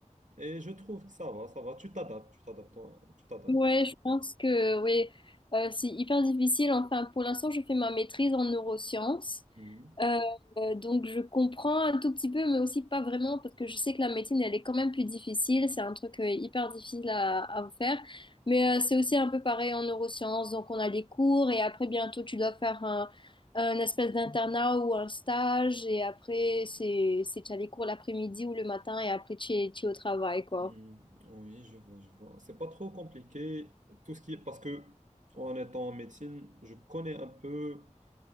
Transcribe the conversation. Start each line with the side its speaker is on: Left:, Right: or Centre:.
Right: Et je trouve que ça va, ça va. Tu t'adaptes, tu t'adaptes, toi, tu t'adaptes.
Left: Ouais, je pense que oui, Euh, c'est hyper difficile. Enfin, pour l'instant, je fais ma maîtrise en neurosciences.
Right: Mhm.
Left: Euh, euh, donc je comprends un tout petit peu, mais aussi pas vraiment, parce que je sais que la médecine, elle est quand même plus difficile. C'est un truc euh, hyper difficile à, à faire. Mais euh, c'est aussi un peu pareil en neurosciences. Donc on a des cours et après bientôt tu dois faire un, un espèce d'internat ou un stage. Et après, c'est, c'est, tu as des cours l'après-midi ou le matin et après tu es, tu es au travail, quoi.
Right: Mhm. Oui, je vois, je vois. C'est pas trop compliqué, tout ce qui est parce que en étant en médecine, je connais un peu